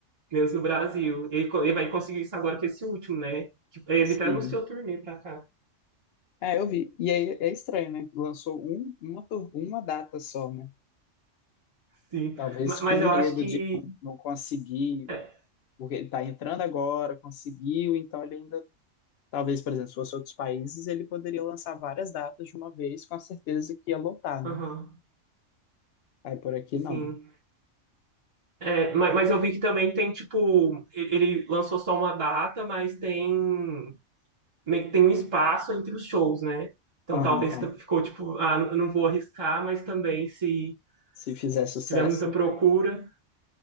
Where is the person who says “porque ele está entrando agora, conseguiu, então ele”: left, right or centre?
Left